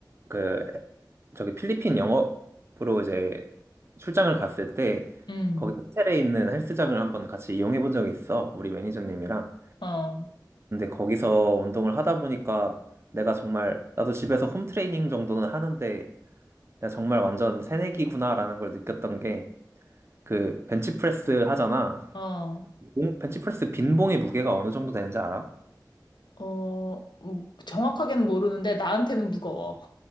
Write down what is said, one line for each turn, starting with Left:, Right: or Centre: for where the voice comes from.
Right: 그 저기 필리핀 영업으로 이제 출장을 갔을 때
Left: 음.
Right: 거기 호텔에 있는 헬스장을 한번 같이 이용해 본 적이 있어. 우리 매니저님이랑.
Left: 어,
Right: 근데 거기서 운동을 하다 보니까 내가 정말 나도 집에서 홈 트레이닝 정도는 하는데 내가 정말 완전 새내기구나라는 걸 느꼈던 게 그 벤치프레스 하잖아.
Left: 어,
Right: 봉- 벤치프레스 빈 봉의 무게가 어느 정도 되는지 알아?
Left: 어, 음, 정확하게는 모르는데 나한테는 무거워.